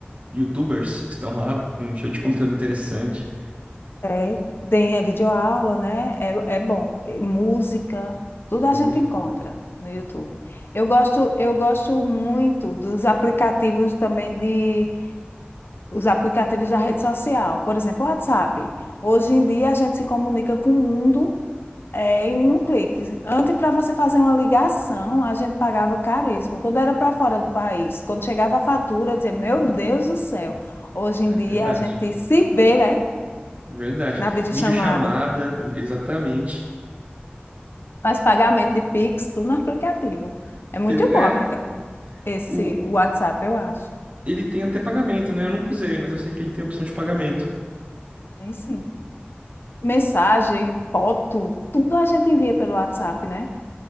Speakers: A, on the right; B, on the left.
A: YouTubers <laughs> estão lá com um show de conteúdo interessante.
B: É, tem é, videoaula, né? É, é bom. E música, tudo
A: Curto.
B: a gente encontra no YouTube. Eu gosto, eu gosto muito dos aplicativos também de os aplicativos da rede social, por exemplo, o WhatsApp. Hoje em dia a gente se comunica com o mundo é, em um clique. Antes, para você fazer uma ligação, a gente pagava caríssimo. Quando era para fora do país, quando chegava a fatura, eu dizia, meu Deus do céu. Hoje em
A: É
B: dia
A: verdade.
B: a gente se vê, né?
A: É verdade.
B: Na videochamada.
A: Videochamada, exatamente.
B: Faz pagamento de Pix, tudo no aplicativo. É muito
A: Pelo, é,
B: bom aplica esse
A: o,
B: WhatsApp, eu acho.
A: ele tem até pagamento, né? Eu nunca usei, mas eu sei que ele tem opção de pagamento.
B: Tem sim. Mensagem, foto, tudo a gente envia pelo WhatsApp, né?